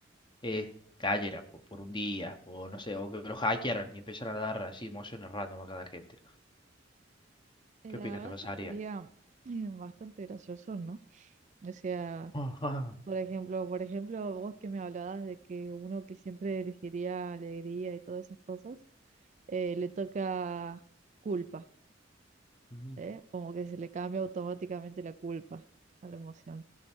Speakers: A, on the left; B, on the right.
A: eh, cayera por, por un día, o no sé, o que lo hackearan y empezaran a dar así emociones random a cada gente.
B: Eh,
A: ¿Qué
B: La
A: opinas
B: verdad
A: que pasaría?
B: es que estaría eh, bastante gracioso, ¿no? O sea...
A: Ajá.
B: Por ejemplo, por ejemplo, vos que me hablabas de que uno que siempre elegiría alegría y todas esas cosas, eh, le toca culpa,
A: Mm,
B: ¿eh? Como que se le cambia automáticamente la culpa a la emoción.